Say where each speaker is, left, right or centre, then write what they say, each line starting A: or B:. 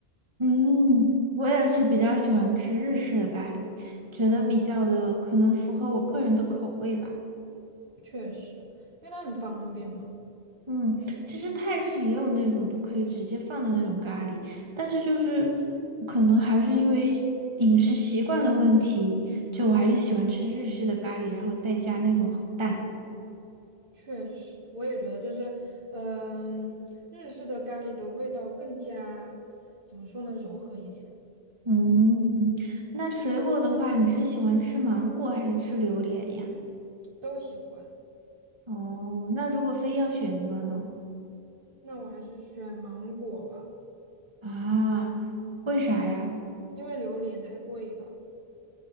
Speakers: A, on the right; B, on the right.
A: 嗯，我也是比较喜欢吃日式的咖喱，觉得比较的可能符合我个人的口味吧。
B: 确实，因为它很方便嘛。
A: 嗯，其实泰式也有那种就可以直接放的那种咖喱，但是就是可能还是因为饮食习惯的问题，就我还是喜欢吃日式的咖喱，然后再加那种蛋。
B: 确实，我也觉得就是，嗯，日式的咖喱的味道更加怎么说呢，柔和一点，
A: 嗯，那水果的话，你是喜欢吃芒果还是吃榴莲呀？
B: 都喜欢。
A: 哦，那如果非要选一个呢？
B: 那我还是选芒果吧，
A: 啊，为啥呀？
B: 因为榴莲太贵了。